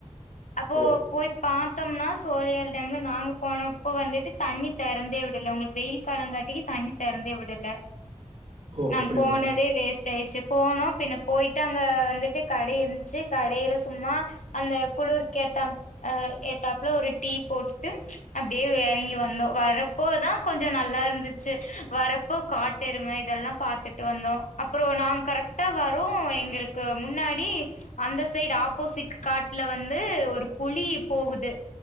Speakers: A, on the left; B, on the right.
A: அப்போ
B: ஓ
A: போய் பார்த்தோம்னா சோலியார் டேம்ல நாங்க போனப்போ வந்துட்டு தண்ணி திறந்தே விடல உங்களுக்கு வெயில் காலங்காட்டிக்கு தண்ணி திறந்தே விடல
B: ஓ
A: நாங்க
B: அப்படிங்களா
A: போனதே வேஸ் வேஸ்டு போனோம் பின்ன போய்ட்டு அங்க வந்துட்டு கடை இருந்துச்சு கடையில சும்மா அந்த குளுர்க்கேத்தம் அ ஏத்தாப்புல ஒரு டீ போட்டுட்டு அப்டியே இறங்கி வந்தோம் வரப் ப்போதான் கொஞ்சம் நல்லா இருந்துச்சு வரப் ப்போ காட்டெரும இதெல்லாம் பாத்துட்டு வந்தோம் அப்பறம் நாங்க கரெக்ட்டா வரோம் எங்களுக் ளுக்கு முன்னாடி அந்த சைடு ஆப்போசிட் காட்ல வந்து ஒரு புலி போகுது